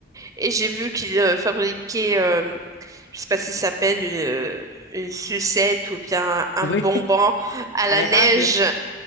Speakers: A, on the right; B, on the left.
A: Et j'ai vu qu'ils euh, fabriquaient, euh, je sais pas si ça s'appelle une, une sucette ou bien un
B: Oui,
A: bonbon
B: <laughs>
A: à la
B: à l'érable.
A: neige.